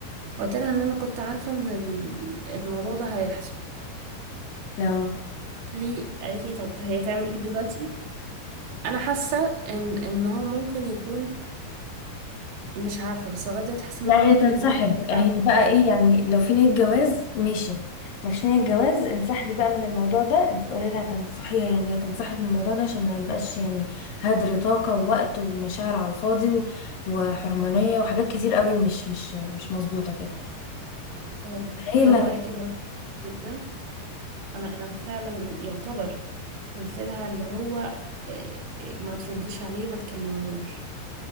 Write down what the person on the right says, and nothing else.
قلت لها ان انا كنت عارفه ان ال- الموضوع ده هيحصل
لي قالت لي طب هي تعمل ايه دلوقتي انا حاسه ان ان هو ممكن يكون مش عارفه بس لغايه دلوقتي حاسه
ان هو ممكن
يكون بيلعب
بيها
آه،
برافو
عليكي ده جدا انا انا فعلا يعتبر قلت لها اللي هو آه، آه، ما ترديش عليه ما تكلميهوش